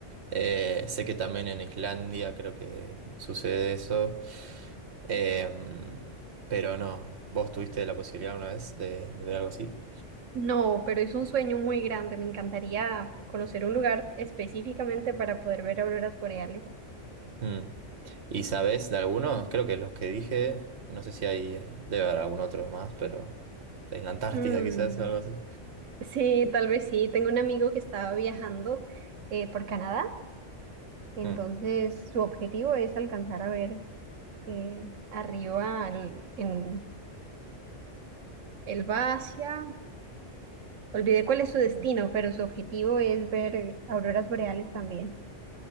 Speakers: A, on the right; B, on the right.
A: Eh, sé que también en Islandia creo que sucede eso, Eh, pero no, ¿vos tuviste la posibilidad una vez de, de ver algo así?
B: No, pero es un sueño muy grande. Me encantaría conocer un lugar específicamente para poder ver auroras boreales.
A: Mm. ¿Y sabes de algunos? Creo que los que dije, no sé si hay, eh, debe haber algún otro más, pero en la Antártida
B: Mm,
A: quizás, algo así.
B: sí, tal vez sí. Tengo un amigo que estaba viajando eh, por Canadá, entonces
A: Mm,
B: su objetivo es alcanzar a ver eh, arriba al- en Él va hacia, olvidé cuál es su destino, pero su objetivo es ver auroras boreales también.